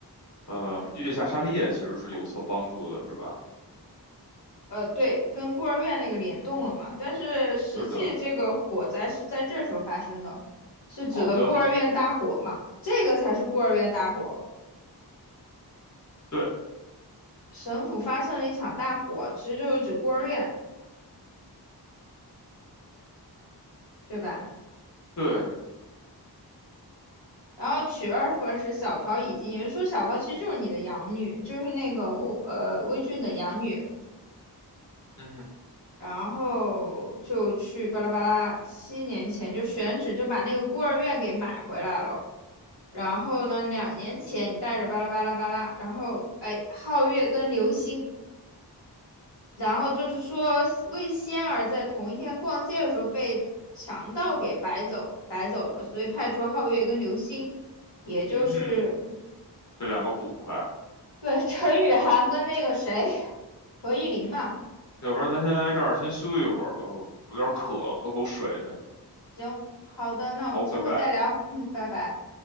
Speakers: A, on the left; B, on the left.
A: 呃，月下沙利叶其实是有所帮助的，是吧？
B: 呃，对，跟孤儿院那个联动了嘛，但是实际这个火灾是在这时候发生的，
A: 是的，
B: 是指的孤儿院大火嘛，
A: 好的，
B: 这个才是孤儿院大火。
A: 对
B: 省府发生了一场大火，其实就是指孤儿院，对吧？
A: 对，
B: 然后娶二夫人时，小桃已经，也就是说小桃其实就是你的养女，就是那个魏呃魏俊的养女，
A: 嗯哼，
B: 然后就去巴拉巴拉，七年前就选址就把那个孤儿院给买回来了。然后呢，两年前你带着巴拉巴拉巴拉，然后哎，皓月跟流星，然后就是说魏仙儿在同一天逛街的时候被强盗给摆走逮走了，所以派出皓月跟流星，也就是
A: 嗯哼，这两个捕快，
B: 对陈雨涵跟那个谁何艺玲嘛。
A: 嗯，要不然咱先来这儿先休息一会儿吧，我有点渴了，喝口水去。
B: 行，好的，那我们之后再聊，
A: 好，拜拜。
B: 嗯，拜拜。